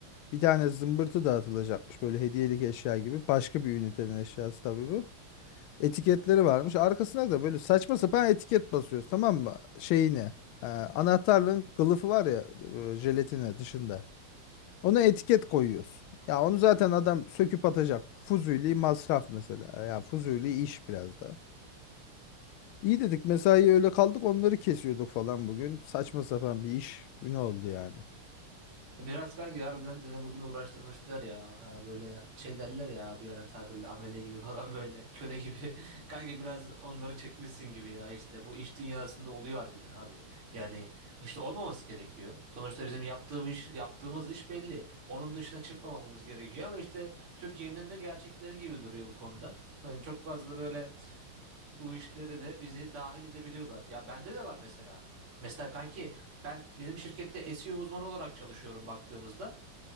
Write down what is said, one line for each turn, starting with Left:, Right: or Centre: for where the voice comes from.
Left: Bir tane zımbırtı dağıtılacakmış böyle hediyelik eşya gibi. Başka bir ünitenin eşyası tabii bu. Etiketleri varmış. Arkasına da böyle saçma sapan etiket basıyoruz tamam mı? Şeyine. e, anahtarlığın kılıfı var ya e, jelatine dışında. Ona etiket koyuyoruz. Ya onu zaten adam söküp atacak. Fuzuli masraf mesela. Ya Fuzuli iş biraz da. İyi dedik mesai öyle kaldık onları kesiyorduk falan bugün. Saçma sapan bir iş günü oldu yani.
Right: Biraz kanki harbiden seni bugün uğraştırmışlar ya. Ha, böyle şey derler ya abi yani tabirle amele gibi <laughs> falan böyle köle gibi. <laughs> Kanki biraz onları çekmişsin gibi ya işte bu iş dünyasında oluyor harbiden abi. Yani işte olmaması gerekiyor. Sonuçta bizim yaptığımız iş, yaptığımız iş belli. Onun dışına çıkmamamız gerekiyor ama işte Türkiye'nin de gerçekleri gibi duruyor bu konuda. Yani çok fazla böyle bu işlere de bizi dahil edebiliyorlar. Ya bende de var mesela. Mesela kanki ben bizim şirkette SEO uzmanı olarak çalışıyorum baktığımızda.